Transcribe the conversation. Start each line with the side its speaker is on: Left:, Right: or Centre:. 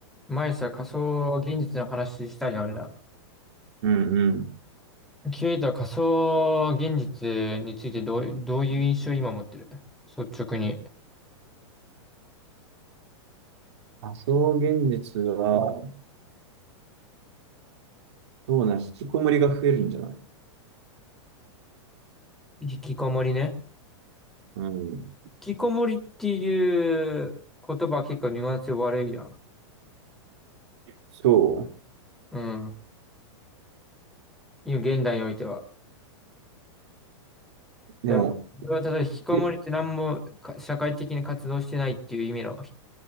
Centre: 前さ、仮想現実の話したじゃん、俺ら。
Right: うんうん。
Centre: ケイタは仮想現実についてどう、どういう印象を今持ってる率直に。
Right: 仮想現実は、そうな、引きこもりが増えるんじゃない
Centre: 引きこもりね。
Right: うん。
Centre: 引きこもりっていう言葉は結構ニュアンス悪いやん。
Right: そ
Centre: うん。今、現代においては。
Right: う。
Centre: でも、
Right: でも、
Centre: それはただ引きこもりって何もか社会的に活動してないっていう意味のひ
Right: え